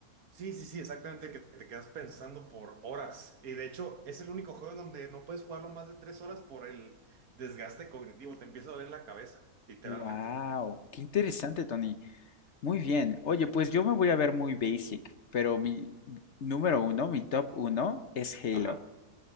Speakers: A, on the right; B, on the left.
A: Sí, sí, sí, exactamente, que te quedas pensando por horas. Y de hecho, es el único juego en donde no puedes jugarlo más de tres horas por el desgaste cognitivo. Te empieza a doler la cabeza, literalmente.
B: Wow, qué interesante, Tony. Muy bien. Oye, pues yo me voy a ver muy basic, pero mi número uno, mi top uno es Halo.
A: ajá